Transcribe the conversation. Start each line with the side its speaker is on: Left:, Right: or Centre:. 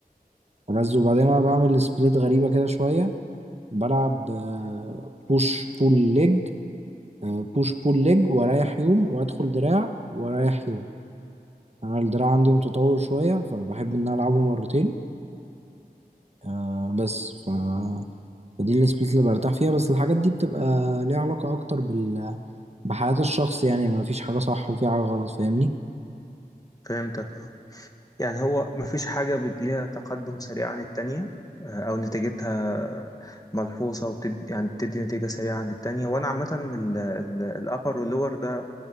Right: ألذ وبعدين انا بعمل سبليت غريبة كده شوية بلعب بوش بول ليج بوش بول ليج واريح يوم وادخل دراع واريح يوم يعني انا الدراع عندي متطور شويه فبحب ان أنا العبه مرتين آه، بس ف... فدي السبليت اللي برتاح فيها بس الحاجات دي بتبقى ليها علاقه اكتر بال... بحياه الشخص يعني ما فيش حاجه صح وفي حاجه غلط فاهمني
Left: فهمتك آه. يعني هو مفيش حاجة بت- ليها تقدم سريع عن التانية آه، أو نتيجتها ملحوظة وتد... يعني بتدي نتيجة سريعة عن التانية وأنا عامة ال- ال- الأبر واللور ده